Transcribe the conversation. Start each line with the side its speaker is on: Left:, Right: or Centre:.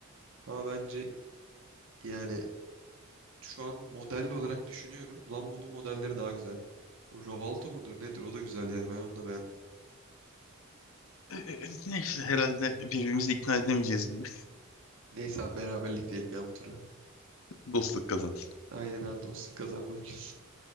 Right: Ama bence yani şu an model olarak düşünüyorum. Lambo'nun modelleri daha güzel. O Ravalto mudur nedir o da güzel yani ben onu da beğendim.
Left: E, e, e, Neyse herhalde birbirimizi ikna edemeyeceğiz gibi.
Right: Neyse abi beraberlik diyelim ya bu tura.
Left: <laughs> Dostluk kazandı.
Right: Aynen abi dostluk kazandı bugün. <laughs>